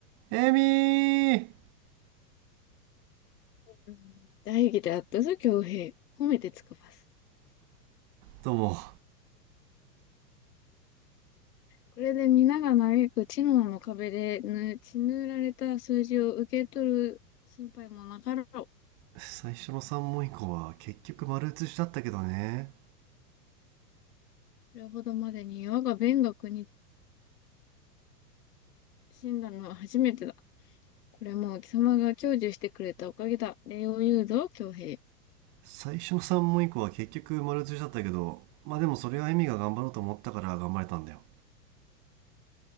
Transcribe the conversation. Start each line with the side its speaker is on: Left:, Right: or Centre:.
Right: エミー
Left: うん大義であったぞ、京平。褒めてつかばす。
Right: どうも
Left: これで皆が嘆く知能の壁で血塗られた数字を受け取る心配もなかろう。こ
Right: 最初の3問以降は結局丸写しだったけどね
Left: れほどまでに我が勉学に死んだのは初めてだ。これも貴様が享受してくれたおかげだ。礼を言うぞ、京平。
Right: 最初の3問以降は結局丸写しだったけどまあでもそれはエミが頑張ろうと思ったから頑張れたんだよ